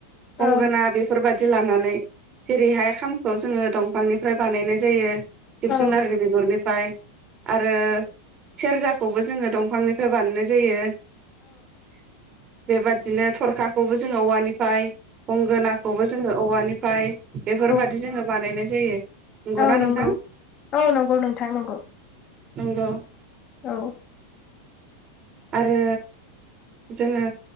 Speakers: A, on the left; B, on the right.
A: औ
B: गंगोना
A: औ
B: बेफोरबादि लानानै जेरैहाय खामखौ जोङो दंफांनि फ्राय बानायनाय जायो जिब
A: औ
B: जुनारनि बिगुरनिफाय आरो सेरजा खौबो जोङो दंफांनिफाय बानायनाय जायो <inaudible> बेबादिनो थरखाखौबो जोङो औवानिफाय गंगोनाखौबो जोङो औवानि फ्राय बेफोरबायदि
A: औ
B: जोङो बानायनाय जायो नंगौना
A: औ
B: नोंथां
A: नंगौ औ नंगौ नोंथां नंगौ।
B: नोंगौ।
A: औ
B: आरो जोङो